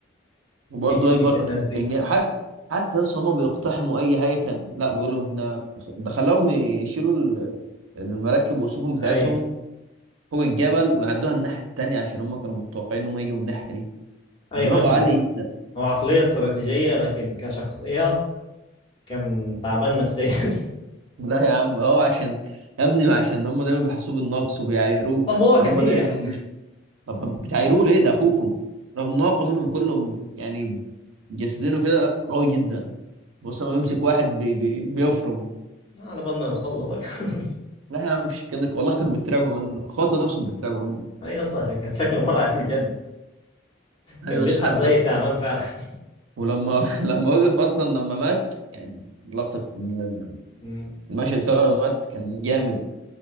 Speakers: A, on the right; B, on the left.
A: وبرضه
B: ايه كميه
A: ايفر
B: الناس دي
A: كان جاي حتى حتى لسه هما بيقتحموا اي حاجه كان لا بيقول لهم احنا ده خلاهم يشيلوا ال- المراكب والسفن بتاعتهم
B: ايوه
A: فوق الجبل ويعدوها الناحيه التانيه عشان هما كانوا متوقعين ان هما يجوا من الناحيه دي
B: ايوه
A: دماغه
B: ماشي
A: عاليه جدا
B: هو عقلية استراتيجية لكن كشخصية كان تعبان نفسيا <laughs>
A: <laughs> لا يا عم هو عشان يا ابني ما عشان هما دايما بيحسوه بالنقص وبيعايروه
B: <applause> طب هو
A: وهم
B: كسيح
A: دايما بي- طب ما بتعايروه ليه ده اخوكم رغم ان هو أقوى منهم كلهم يعني جسدينه كده قوي جدا بص لما بيمسك واحد بي بي بيفرم
B: على بال ما يوصل له بقى <laughs>
A: لا يا عم مفيش الكلام ده والله كانوا بيترعبوا منه اخواته نفسهم بيترعبوا منه
B: اي اصلا عشان كان شكله مرعب بجد كان
A: ايوه
B: بيسحب
A: بص حتى
B: زي
A: لما
B: تعبان فعلا <laughs>
A: ولما <laughs> لما وقف اصلا لما مات يعني لقطه في ال-
B: أمم،
A: المشهد بتاعه لما مات كان جامد